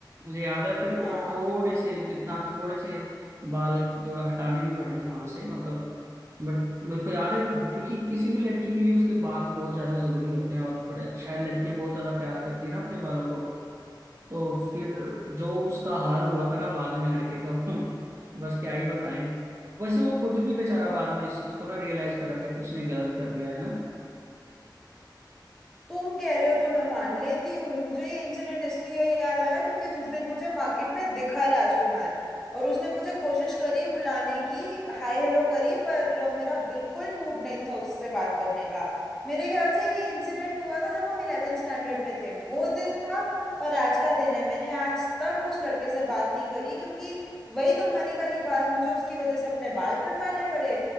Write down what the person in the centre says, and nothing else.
हाँ
तुम कह रहे हो तो मैं मान लेती हूँ मुझे ये इंसिडेंट इसलिए याद आया क्योंकि उस दिन मुझे मार्केट में दिखा राजकुमार और उसने मुझे कोशिश करी बुलाने की हाय हेलो करी पर मेरा बिल्कुल मूड नहीं था उससे बात करने का मेरे ख्याल से ये इंसिडेंट हुआ था जब हम इलेवेंथ स्टैंडर्ड में थे वो दिन था और आज का दिन है मैंने आज तक उस लड़के से बात नहीं करी क्योंकि वही तुम्हारी वाली बात मुझे उसकी वजह से अपने बाल कटवाने पड़े